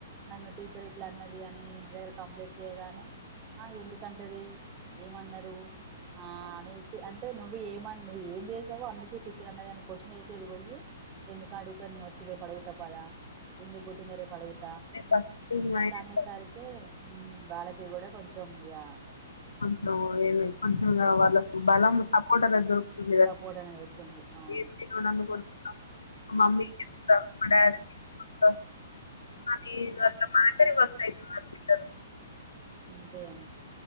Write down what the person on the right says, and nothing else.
నన్ను టీచర్ ఇట్లా అన్నది అని ఇంటి దగ్గర కంప్లేంట్ చేయగానే ఆ ఎందుకంటది ఏమన్నారు ఆ అనేసి అన్ టే నువ్వు ఏమనువ్ ఏం చేసావో అందుకే టీచర్ అన్నది అని క్వశ్చనేసేది పోయ్యి ఎందుకడ్గుతా నెనొచ్చి రేపడుగుత పదా ఎందుక్ గోట్టిందో రేపడుగుత్ త
అని
అట్లానేసరికి ఉమ్ వలకి గూడా కొంచం ఇగ
సపోర్ట్ అనేది వస్తుంది అవును
హ్మ్.
అంతే అ